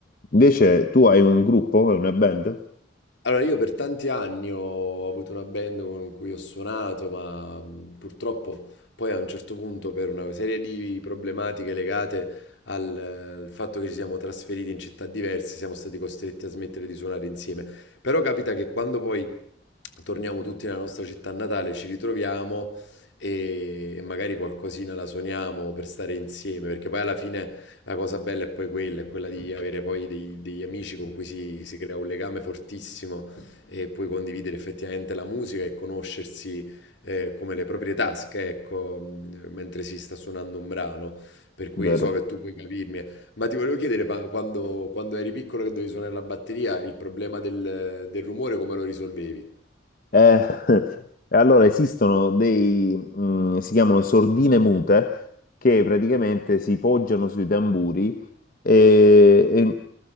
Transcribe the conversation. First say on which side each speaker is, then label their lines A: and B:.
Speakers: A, on the left (about 45°); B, on the left (about 70°).
A: invece tu hai un gruppo, hai una band,
B: allora io per tanti anni ho avuto una band con cui ho suonato, ma mh, purtroppo poi a un certo punto per una serie di problematiche legate al, eh, al fatto che ci siamo trasferiti in città diverse, siamo stati costretti a smettere di suonare insieme. Però capita che quando poi torniamo tutti nella nostra città natale ci ritroviamo e, e magari qualcosina la suoniamo per stare insieme, perché poi alla fine La cosa bella è poi quella, è quella di avere poi dei- degli amici con cui si, si crea un legame fortissimo e puoi condividere effettivamente la musica e conoscersi eh, come le proprie tasche, ecco, mh, mentre si sta suonando un brano. Per cui
A: vero?
B: so che tu puoi capirmi. Ma ti volevo chiedere, ma quando, quando eri piccolo che dovevi suonare la batteria, il problema del, del rumore come lo risolvevi?
A: Eh, <laughs> e allora esistono dei, mm, si chiamano sordine mute, che praticamente si poggiano sui tamburi e, e